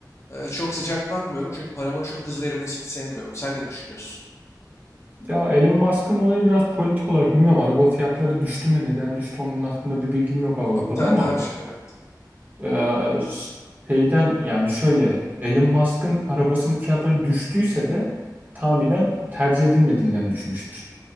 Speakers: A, on the left; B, on the right.
A: Eee, çok sıcak bakmıyorum çünkü paramın çok hızlı erimesini sevmiyorum. Sen ne düşünüyorsun?
B: Ya Elon Musk'ın olayı biraz politik olarak bilmiyorum. Araba fiyatları düştü mü? Neden düştü? Onun hakkında bir bilgim yok Avrupa'da
A: E, bir tane
B: ama
A: daha bir şey var evet.
B: eee, şeyden yani şöyle Elon Musk'ın arabasının fiyatları düştüyse de tahminen tercih edilmediğinden düşmüştür.